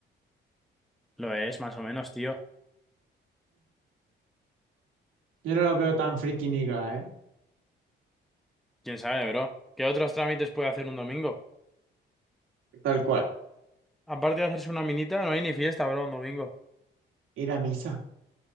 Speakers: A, in the centre; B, on the right.
A: Lo es, más o menos, tío.
B: Yo no lo veo tan friki niga, ¿eh?
A: ¿Quién sabe, bro? ¿Qué otros trámites puede hacer un domingo?
B: Tal cual.
A: Aparte de hacerse una minita, no hay ni fiesta, bro, un domingo.
B: Ir a misa.